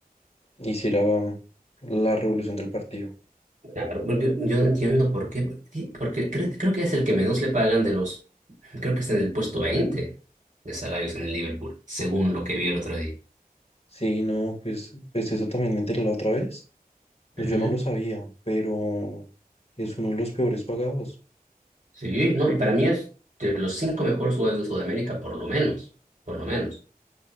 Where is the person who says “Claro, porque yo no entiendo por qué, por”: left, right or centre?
Right